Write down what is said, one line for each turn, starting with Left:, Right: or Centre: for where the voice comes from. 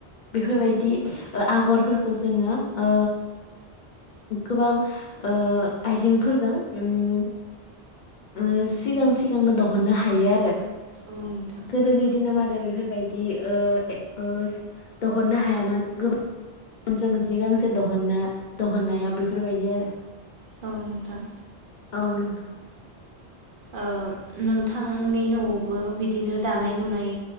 Left: बेफोरबायदि आगरफोरखौ जोङो ओ गोबां ओ आइजेंफोरजों ओम ओम सिगां सिगांनो दहननो हायो आरो
Right: औ नोंथां
Left: गोदोनि दिनाव आरो बेफोरबायदि ओ ओ दहननो हायामोन गोबां जि गांसे दहननो दहननायाव बेफोरबायदि आरो।
Right: औ नोंथां।
Left: औ नोंथां।
Right: ओ नोंथांनि न'आवबो बिदिनो दानाय लुनाय